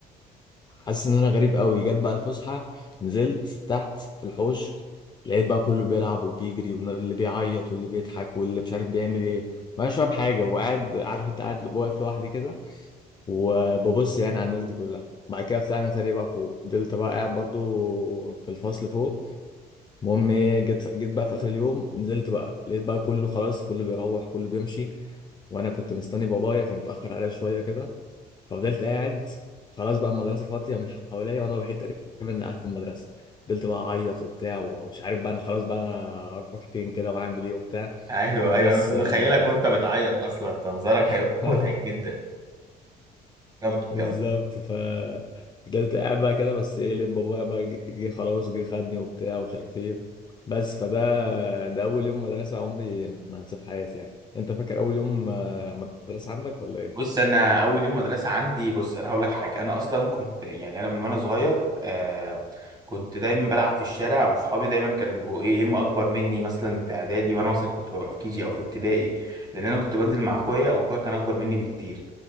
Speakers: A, on the left; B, on the right.
A: حاسس ان انا غريب قوي جت بقى الفسحه نزلت تحت في الحوش لقيت بقى كله بيلعب وبيجري واللي بيعيط واللي بيضحك واللي مش عارف بيعمل ايه ما انا مش فاهم حاجه وقاعد عارف انت قاعد واقف لوحدي كده وببص يعني على الناس دي كلها بعد كده طلعنا تاني بقى فوق فضلت بقى قاعد برضو في الفصل فوق المهم ايه جيت جيت بقى في اخر اليوم نزلت بقى لقيت بقى كله خلاص كله بيروح كله بيمشي وانا كنت مستني بابايا كان اتاخر عليا شويه كده ففضلت قاعد خلاص بقى المدرسه فاضيه من حواليا وانا الوحيد تقريبا اللي قاعد في المدرسه فضلت بقى اعيط وبتاع ومش عارف بقى انا خلاص بقى انا اروح فين كده واعمل ايه وبتاع
B: ايوه
A: بس
B: ايوه مش متخيلك
A: آه،
B: وانت بتعيط اصلا ده منظرك
A: <laughs>
B: هيبقى متعب جدا <laughs> كمل
A: بالظبط
B: كمل
A: ف فضلت قاعد بقى كده بس ايه لب بابايا بقى جه جه خلاص وجه خدني وبتاع ومش عارف ايه بس فده ده اول يوم مدرسة عمري ما هنساه في حياتي يعني انت فاكر اول يوم آه، مدرسة عندك ولا ايه؟
B: بص انا اول يوم مدرسه عندي بص انا هقول لك حاجه انا اصلا كنت يعني انا من وانا صغير آه كنت دايما بلعب في الشارع واصحابي دايما كانوا بيبقوا ايه يا اما اكبر مني مثلا في اعدادي وانا مثلا كنت ببقى في كيجي او في ابتدائي لان انا كنت بنزل مع اخويا واخويا كان اكبر مني بكتير